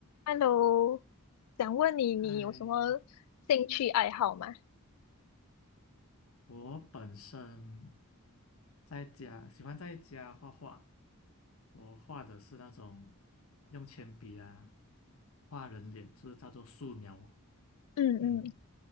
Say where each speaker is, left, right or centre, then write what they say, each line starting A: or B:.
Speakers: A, on the left; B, on the left.
A: Hello，想问你，你有什么兴趣爱好吗？
B: 嗨，我本身在家喜欢在家画画，我画的是那种用铅笔啊画人脸，就是叫做素描。
A: 嗯嗯，
B: 嗯，